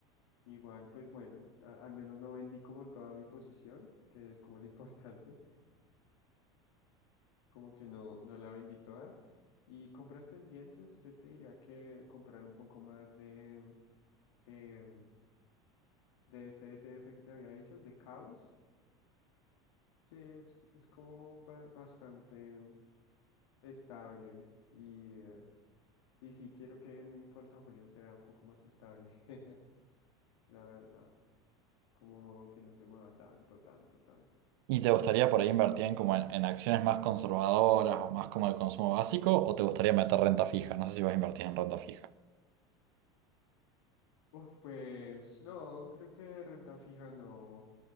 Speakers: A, on the left; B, on the right.
A: Igual, pues bueno, a- al menos no vendí como toda mi posición, que es como lo <laughs> importante. como que no, no la vendí toda. Y compras pendientes, yo te diría que comprar un poco más de, eh, de este ETF que te había dicho, de Caos. Sí, es, es como ba- bastante em, estable y, eh, y sí quiero que mi portafolio sea un poco más estable, <laughs> la verdad. Como que no se mueva tanto, tanto, tanto.
B: ¿Y te gustaría por ahí invertir en, como en, en acciones más conservadoras o más como el consumo básico o te gustaría meter renta fija? No sé si vas a invertir en renta fija.
A: Uf, pues no, creo que renta fija no.